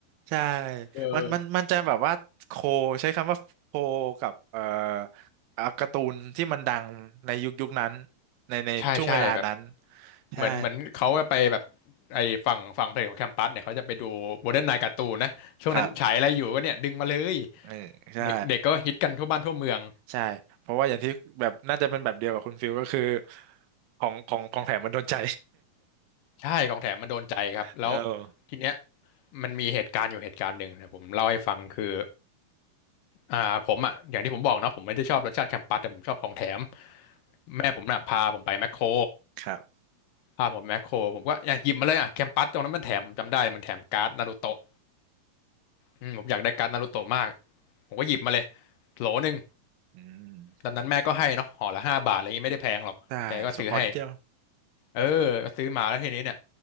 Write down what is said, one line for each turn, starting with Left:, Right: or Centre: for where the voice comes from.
Right: ใช่
Left: เออ
Right: มันมันมันจะแบบว่าโคใช้คำว่าโคกับเอ่ออ่าการ์ตูนที่มันดังในยุคยุคนั้นในในช่วงเวลานั้น
Left: ใช่ใช่แบบ
Right: ใช่
Left: เหมือนเหมือนเขาไปแบบไอ้ฝั่งฝั่งเพลงของแคมปัสเนี่ยเขาจะไปดูโมเดิร์นไนน์การ์ตูนนะช่วงนั้นฉายอะไรอยู่ก็เนี่ยดึงมาเลย
Right: ครับเออใช่
Left: เด็กเด็กก็ฮิตกันทั่วบ้านทั่วเมือง
Right: ใช่เพราะว่าอย่างที่แบบน่าจะเป็นแบบเดียวกับคุณฟิลก็คือของของของแถมมันโดนใจ
Left: ใช่ของแถมมันโดนใจครับ
Right: <laughs>
Left: แล้ว
Right: เออ
Left: ทีเนี้ยมันมีเหตุการณ์อยู่เหตุการณ์หนึ่งนะผมเล่าให้ฟังคืออ่าผมอ่ะอย่างที่ผมบอกนะผมไม่ได้ชอบรสชาติแคมปัสแต่ผมชอบของแถมแม่ผมน่ะพาผมไปแมคโคร
Right: ครับ
Left: พาผมแมคโครผมก็อยากหยิบมาเลยอ่ะแคมปัสตรงนั้นมันแถมผมจำได้มันแถมการ์ดนารูโตะอืมผมอยากได้การ์ดนารูโตะมากผมก็หยิบมาเลยโหลหนึ่ง
Right: อืม
Left: ตอนนั้นแม่ก็ให้เนาะห่อละห้าบาทอะไรอย่างงี้ไม่ได้แพงหรอกแกก็ซื้อให้
Right: ได้ส่งขอนิดเดียว
Left: เออก็ซื้อมาแล้วทีนี้เนี่ย